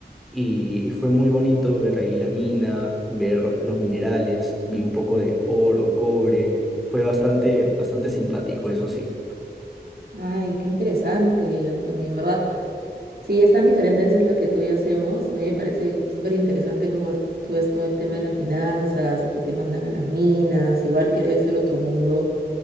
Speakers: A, in the centre; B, on the right.
A: Y, y fue muy bonito ver ahí la mina, ver los minerales, vi un poco de oro, cobre, fue bastante, bastante simpático, eso sí.
B: Ay, qué interesante, Anthony. En verdad, sí, es tan diferente a veces lo que tú y yo hacemos. A mí me parece súper interesante cómo ver- tú ves todo el tema de las finanzas y que te mandan a las minas. Igual que debe ser otro mundo